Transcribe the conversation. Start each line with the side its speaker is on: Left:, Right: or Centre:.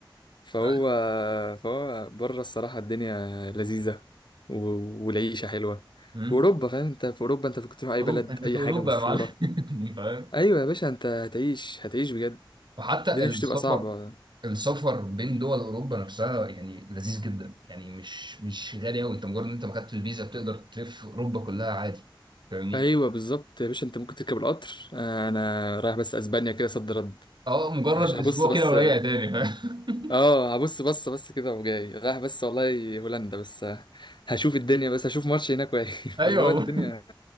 Left: فهو
Right: لأ
Left: فهو بره الصراحة الدنيا لذيذة و... والعيشة حلوة
Right: أمم.
Left: وأوروبا فاهم أنت في أوروبا أنت كنت تروح أي
Right: أوروبا
Left: بلد
Right: أنت
Left: أي
Right: في أوروبا
Left: حاجة مشهورة
Right: يا معلم <laughs> فاهم
Left: ايوه يا باشا انت هتعيش هتعيش بجد
Right: وحتى
Left: الدنيا
Right: السفر
Left: مش هتبقى صعبه
Right: السفر بين دول أوروبا نفسها يعني لذيذ جدا يعني مش مش غالي أوي أنت مجرد إن أنت ما خدت الفيزا بتقدر تلف أوروبا كلها عادي فاهمني
Left: ايوه بالظبط يا باشا انت ممكن تركب القطر آه، انا رايح بس اسبانيا كده صد رد
Right: اه مجرد
Left: هش- هبص
Right: اسبوع
Left: بس
Right: كده وراجع تاني فاهم
Left: اه هبص بص بس كده وجاي رايح بس والله هولندا بس آه، هشوف الدنيا بس هشوف ماتش هناك واجي <laughs>
Right: <laughs> ايوه
Left: فاللي هو
Right: والله.
Left: الدنيا